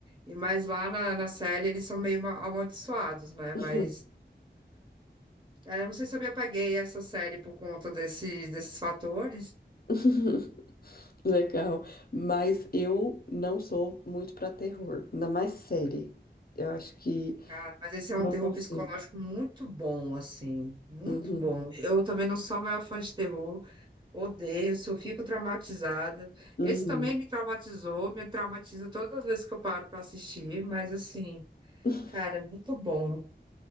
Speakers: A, on the right; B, on the left.
A: E mas lá na, na série eles são meio ma- amaldiçoados, né?
B: <laughs>
A: Mas é, eu não sei se eu me apeguei a essa série por conta desses, desses fatores.
B: <laughs> Legal. Mas eu não sou muito para terror, ainda mais série. Eu acho que
A: Cara, mas esse é
B: não
A: um terror
B: consigo.
A: psicológico muito bom, assim, muito
B: Uhum,
A: bom. Eu também não sou a maior fã de terror, odeio, só fico traumatizada.
B: uhum.
A: Esse também me traumatizou, me traumatiza todas as vezes que eu paro para assistir, mas assim.
B: <laughs>
A: Cara, é muito bom.